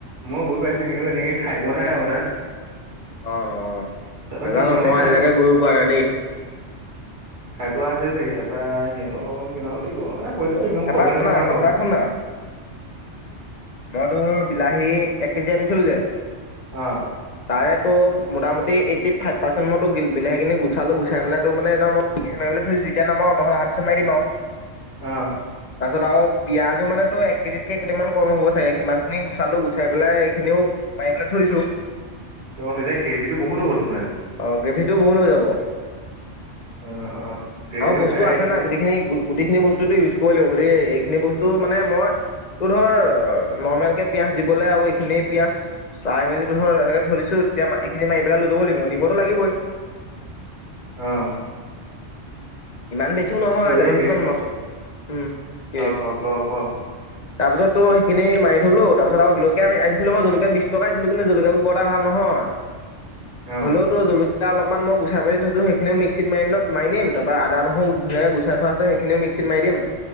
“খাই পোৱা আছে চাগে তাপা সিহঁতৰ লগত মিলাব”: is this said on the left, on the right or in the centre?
Right